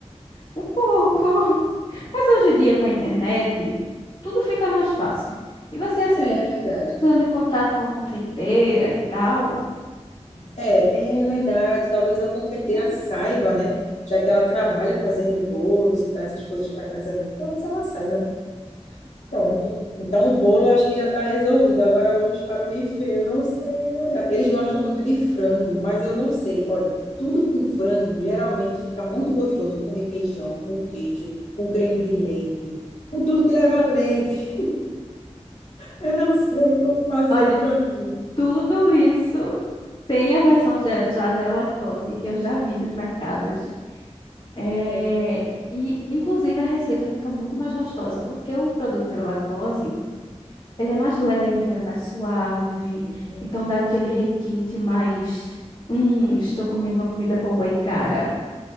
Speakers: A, on the left; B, on the left.
A: Um pouco. <laughs> Mas hoje em dia,
B: Ai,
A: com
B: meu
A: a internet,
B: Deus.
A: tudo fica mais fácil. E você,
B: É,
A: assim,
B: é verdade.
A: entrando em contato com a confeiteira e tal,
B: É, é verdade. Talvez a confeiteira
A: né?
B: saiba, né? Já que ela trabalha fazendo bolos e tal, essas coisas para casamento, talvez ela saiba, né? Pronto. Então o bolo eu acho que já está resolvido. Agora vamos para o buffet. Eu não sei, olha. Eles gostam muito de frango, mas eu não sei. Olha, tudo com frango geralmente fica muito gostoso, com requeijão, com queijo, com creme de leite, com tudo que leva leite. <laughs> Eu não sei como fazer
A: Olha,
B: um franguinho.
A: tudo isso tem a versão zero, já zero lactose. Eu já vi nos mercados. É,
B: Sério.
A: E, inclusive, a receita fica muito mais gostosa, porque o produto zero lactose, Ele é mais leve, ele é mais suave,
B: Hum,
A: então dá aquele requinte mais, hum, estou comendo uma comida boa e cara,